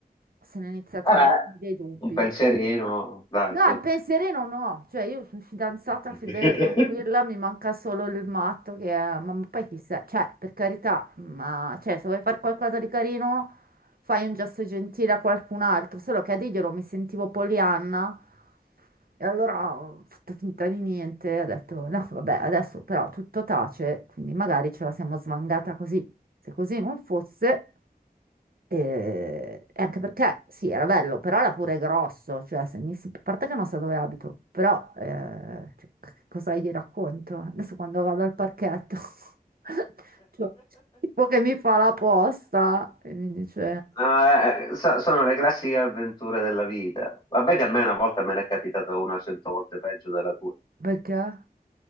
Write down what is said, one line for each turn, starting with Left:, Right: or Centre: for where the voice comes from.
Right: se ne sono iniziati
Left: Vabbè,
Right: a venire dei dubbi.
Left: un pensierino, dai,
Right: No,
Left: su.
Right: il pensierino no, cioè io sono fidanzata
Left: <laughs>
Right: fedele, tranquilla, mi manca solo il matto che è, ma poi chissà, cioè per carità, ma cioè, se vuoi fare qualcosa di carino fai un gesto gentile a qualcun altro, solo che a dirglielo mi sentivo Polianna e allora ho fatto finta di niente, ho detto no vabbè adesso però tutto tace, quindi magari ce la siamo svangata così, se così non fosse... E, e anche perché sì, era bello, però era pure grosso, cioè se mi si... a parte che non so dove abito, però eh, cioè, c- cosa gli racconto? Adesso quando vado al parchetto, <laughs> cioè, tipo che mi fa la posta e mi dice
Left: Ah, eh, so- sono le classiche avventure della vita. Vabbè che a me una volta me ne è capitata una cento volte peggio della tua.
Right: perché?